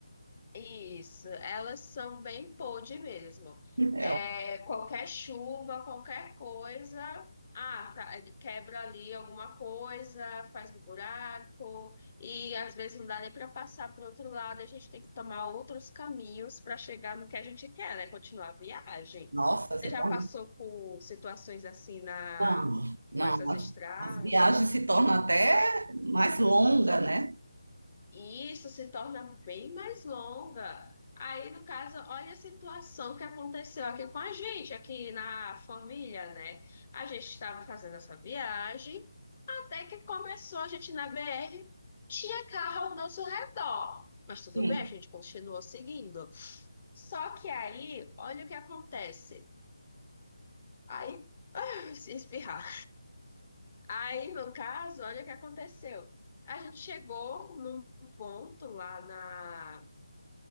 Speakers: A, on the left; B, on the right.
A: Isso, elas são bem pod mesmo.
B: É,
A: É,
B: ó,
A: qualquer chuva, qualquer coisa, ah, tá, quebra ali alguma coisa, faz um buraco, e às vezes não dá nem para passar para o outro lado, a gente tem que tomar outros caminhos para chegar no que a gente quer, né? Continuar a viagem.
B: nossa, se
A: Você já
B: torna...
A: passou por situações assim na,
B: Não, não,
A: com essas
B: as,
A: estradas?
B: as viagens se tornam até mais longa, né?
A: E isso se torna bem mais longa. Aí, no caso, olha a situação que aconteceu aqui com a gente, aqui na família, né? A gente estava fazendo essa viagem, até que começou a gente na BR, tinha carro ao nosso redor. Mas tudo
B: Sim.
A: bem, a gente continuou seguindo. Só que aí, olha o que acontece. Aí se espirrar. Aí, no caso, olha o que aconteceu. A gente chegou num ponto lá na,